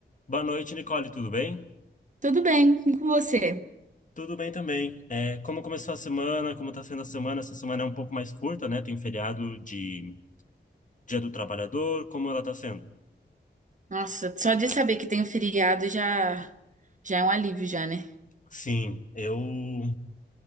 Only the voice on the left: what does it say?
Boa noite, Nicole, tudo bem?
Tudo bem também. É, como começou a semana? Como está sendo a semana? Essa semana é um pouco mais curta, né? Tem feriado de Dia do Trabalhador. Como ela está sendo?
Sim, eu.